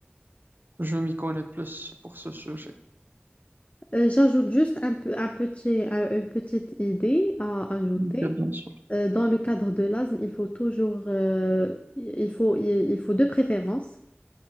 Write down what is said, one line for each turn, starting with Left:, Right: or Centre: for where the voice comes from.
Right: je m'y connais plus pour ce sujet.
Left: Euh, j'ajoute juste un peu, un petit, un- une petite idée à ajouter.
Right: Ok, bien sûr.
Left: Euh, dans le cadre de l'asthme, il faut toujours, euh, il faut, il faut de préférence